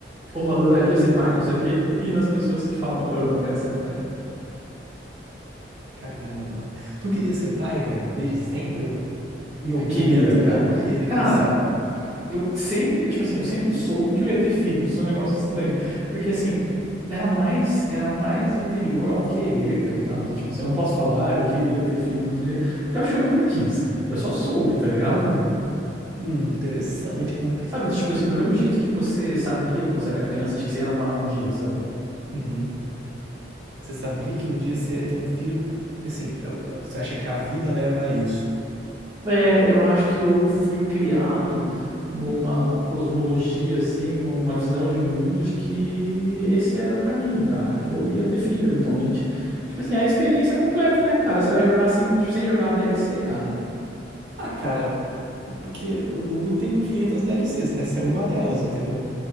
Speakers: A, on the right; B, on the right.
A: ou adoraria ser pai, não sei o quê, e nas pessoas que falam, eu não quero ser pai.
B: Caramba, mano. Tu queria ser pai, velho? Desde sempre? Ou em algum
A: Queria,
B: momento
A: cara.
B: não, e aí depois
A: Cara,
B: sim.
A: eu sempre, tipo assim, eu sempre soube que eu ia ter filhos, isso é um negócio estranho, porque assim, era mais, era mais anterior a um querer, tá ligado? Do Tipo assim, eu não posso falar, ah, eu queria ter filhos, não sei o quê, porque eu acho que eu nunca quis, eu só soube, tá ligado?
B: Hum, interessante. Com,
A: Sabe, do tipo
B: com...
A: assim, do mesmo jeito que você sabia quando você era criança de que você ia namorar um dia, sabe?
B: Uhum. Você sabia que um dia você ia ter um filho? Porque assim, eu- você acha que a vida leva a isso?
A: É, eu acho que eu fui criado numa cosmologia, assim, numa visão de mundo de que esse era o caminho, cara, que eu ia ter filho eventualmente. Tipo assim, é a experiência completa, né, cara? Você vai jogar sem, sem jogar a DLC, cara.
B: Ah, cara, é porque o mundo tem infinitas DLCs. Essa é uma delas, entendeu?